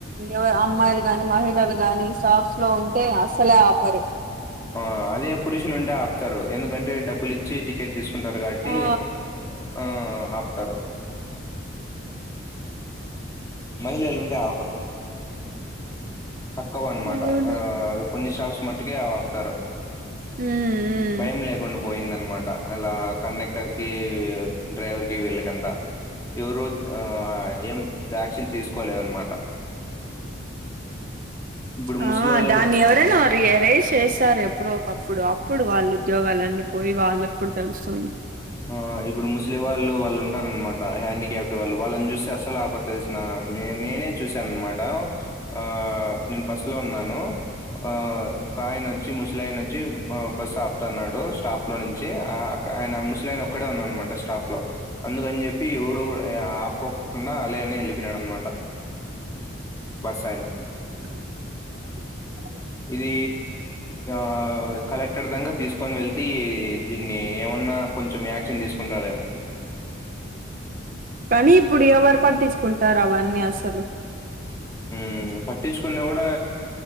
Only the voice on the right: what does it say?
ఎవ అమ్మాయి గానీ మహిళలు కాని స్టాఫ్స్ లో ఉంటే అస్సలే ఆపరు
ఆ!
అవును
ఉమ్
ఉమ్
ఆ దాన్ని ఏవరేనా రి హరేష్ చేస్తారు ఎప్పుడో ఒకప్పుడు అప్పుడు వాళ్ళ ఉద్యోగాలున్నీ పోయి వాళ్ళకి కూడా తెలుస్తుంది.
<unintelligible>
కానీ ఇప్పుడు ఎవరు పట్టించుకుంటారు అవన్నీ అసలు